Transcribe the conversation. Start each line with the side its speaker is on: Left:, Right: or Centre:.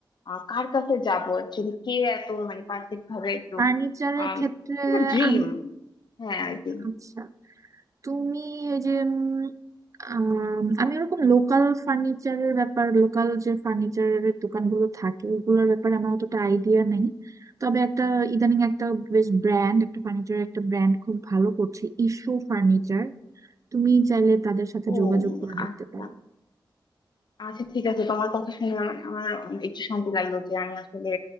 Left: আহ, কার কাছে যাব অ্যাকচুয়ালি কে এত মানে পারফেক্ট ভাবে একটু
Right: ফার্নিচারের
Left: আম,
Right: ক্ষেত্রে
Left: এটা ড্রিম
Right: আমি
Left: হ্যাঁ আর কি
Right: আচ্ছা তুমি ওই যে উম, আম, আমি ওরকম লোকাল ফার্নিচারের ব্যাপার লোকাল যে ফার্নিচারের দোকানগুলো থাকে ওগুলোর ব্যাপারে আমার অতটা আইডিয়া নেই তবে একটা ইদানিং একটা বেশ ব্র্যান্ড একটা ফার্নিচারের একটা ব্র্যান্ড খুব ভালো করছে ইস্যু ফার্নিচার তুমি চাইলে তাদের সাথে
Left: ও
Right: যোগাযোগ করে দেখতে
Left: আচ্ছা
Right: পারো
Left: আচ্ছা ঠিক আছে তোমার কথা শুনে আমার আমার একটু শান্তি লাগলো যে আমি আসলে